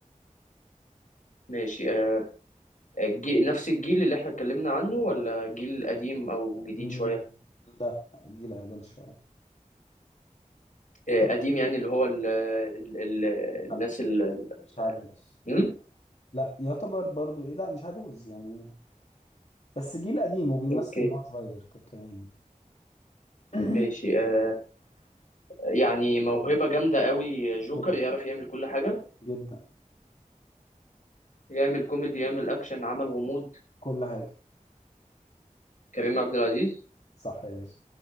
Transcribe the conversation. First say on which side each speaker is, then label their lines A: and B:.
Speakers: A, on the left (about 65°); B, on the left (about 50°).
A: ماشي آه الجي... نفس الجيل اللي احنا اتكلمنا عنه ولا جيل قديم او جديد
B: مم،
A: شوية
B: لا جيل اقدم شوية
A: آه
B: شوية.
A: قديم يعني اللي هو ال... ال... ال...
B: لا
A: الناس ال...
B: مش عجوز
A: م?
B: لا يعتبر برضو ايه لا مش عجوز يعني بس جيل قديم وبيمثل
A: اوكي
B: ان هو صغير طب كمان يعني
A: ماشي آه يعني موهبة جامدة قوي جوكر
B: <coughs>
A: يعرف
B: <clears throat>
A: يعمل كل حاجة
B: جدا
A: يعمل كوميدي يعمل اكشن عمل غموض
B: كل حاجة
A: كريم عبد العزيز
B: صح يا باشا